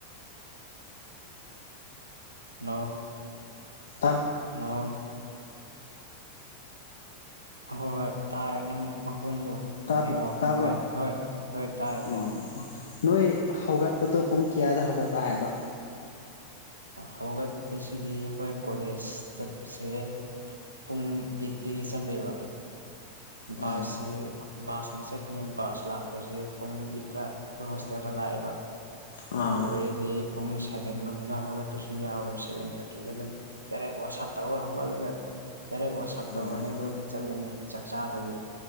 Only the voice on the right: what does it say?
ꯅꯧ
ꯅ ꯍꯍꯣꯏ ꯍꯣꯏ ꯇꯥꯔꯦ ꯅꯪ ꯃꯈꯣꯟꯗꯣ
ꯅꯦꯠꯋꯥꯛ
ꯅꯨꯡꯉꯥꯏ ꯍꯣꯏ ꯍꯣꯏ ꯇꯥꯏ
ꯇꯥꯏ
ꯍꯧꯒꯠꯄꯁꯤꯗꯤ ꯑꯩꯈꯣꯏ ꯀꯣꯂꯦꯖ ꯆꯠꯁꯦ ꯄꯨꯡ ꯑꯩꯠꯇꯒꯤ ꯆꯠꯂꯦꯕ
ꯕꯥꯁꯁꯦ ꯕꯥꯁꯅ ꯆꯠꯄꯅꯦ ꯕꯥꯁ ꯂꯥꯛꯄꯁꯦ ꯄꯨꯡ ꯏꯠꯇ ꯑꯩꯈꯣꯏ ꯍꯣꯁꯇꯦꯜꯗ ꯂꯥꯛꯑꯦꯕ
ꯑꯗꯨ ꯑꯣꯏꯔꯗꯤ ꯄꯨꯡ ꯁꯕꯦꯟ ꯂꯣꯝ ꯑꯃꯗ ꯍꯧꯒꯠꯄꯁꯨ ꯌꯥꯎꯋꯦ ꯁꯚꯦꯟ ꯊꯥꯔꯇꯤꯗ ꯑꯗꯨꯝ ꯗꯥꯏꯔꯦꯛ ꯋꯥꯁꯞ ꯇꯧꯔꯒ ꯍꯧꯒꯠꯂꯒ ꯗꯥꯏꯔꯦꯛ ꯋꯥꯁꯞ
ꯇꯧꯔꯅꯤ ꯑꯗꯨ ꯆꯠꯂꯅꯤ ꯆꯥꯛ ꯆꯥꯗꯕꯤ